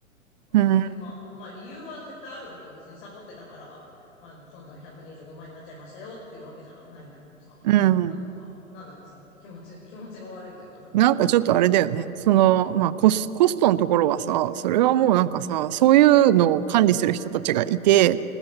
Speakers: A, on the left (about 40°); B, on the right (about 30°).
A: ほんで、
B: うん、
A: まあ、まあ理由は絶対あるわけよ。別にサボってたから、あの、そんな125万にじゅうごまんになっちゃいましたよっていうわけじゃないんだけどさ。
B: うん。
A: なんだか、なんだかさ、気持ち、気持ちが悪いというかさ、なんか、
B: なんかちょっとあれだよね。その、まあ、コス、コストのところはさ、それはもうなんかさ、
A: うん。
B: そういうのを管理する人たちがいて、